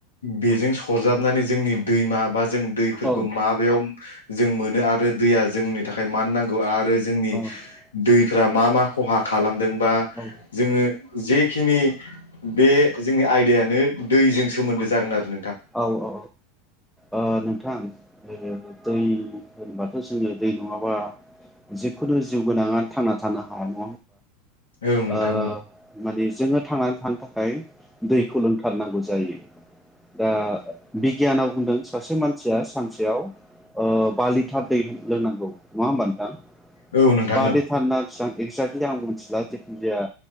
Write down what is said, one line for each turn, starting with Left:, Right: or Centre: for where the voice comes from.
Left: बेजों सरजाबनानै जोंनि दैमाबा जों दैफोरखौ
Centre: औ
Left: माबायाव जों मोनो आरो दैया जोंनि थाखाय मा नांगौ आरो जोंनि
Centre: औ
Left: दै फोरा मा मा खहा खालामदों बा
Centre: औ
Left: जोङो जेखिनि बे जोंनि आयदायानो दैजों सोमोन्दो जागोन आरो नों
Centre: औ औ ओ नोंथां दै होनबाथ' जोङो दै नङाबा जिखुनु जिउ गोनाङा थांना थानो हानाय नङा
Left: औ नोंथां
Centre: ओ माने जोङो थांनानै थानो थाखाय दैखौ लोंथारनांगौ जायो। दा बिगियानाव बुं होनदों सासे मानसिया सानसेयाव ओ बा लिटार दै लोंनांगौ नङा होमबा नोंथां
Left: ओं औ नोंथां
Centre: बा
Left: औ
Centre: लिथार ना बिसिबां एक्जेक्टलि आं मिथिला जेखुन जाया